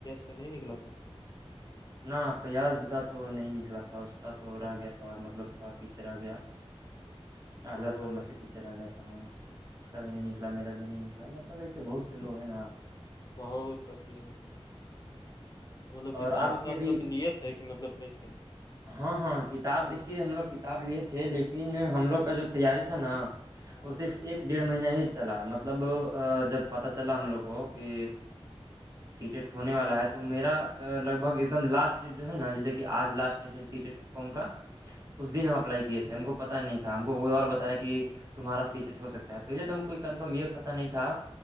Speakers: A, on the left; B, on the right.
A: ا نہیں نکلا تھار
B: ن فیاض کا تو نہیں نکلا تھا اس کا تو رہ گیا تھوڑا مطلب بہت پیچھے رہ گیا آٹھ دس
A: او
B: نمبر
A: اچھا
B: سے پیچھے رہ گیا تھا ہاں اس کا بھی نہیں نکلا میرا بھی نہیں نکلا مطلب ایسے
A: ہ
B: بہت سے لوگ ہیں نا
A: بہت اھی ہے ہ مطلب کتاب
B: اور آپ
A: اتاب
B: کے بھی
A: سب لیت ہے کہ مطلب کیسے
B: ہاں ہاں کتاب دیکھیے ہم لوگ کتاب لیے تھے لیکن ہم لوگ کا جو تیاری تھا نا
A: ہاں
B: وہ صرف ایک ڈیڑھ مہینہ ہی چلا مطلب جب پتا چلا ہم لوگ کو کہ سیٹیٹ ہونے والا ہے تو میرا لگ بھگ د لاسٹ ڈٹ جو ہے نا جیسے کہ آج لاسٹ ڈیٹ ہے سیٹ فارم کا اس دن ہم اپلائی کیے تھے ہم کو پتا نہیں تھا ہم کوئی اور بتایا کہ تمہارا سیٹ ہو سکتا ہے پہے تو ہمیں کوئی کنفرم یہ پتا نہیں تھا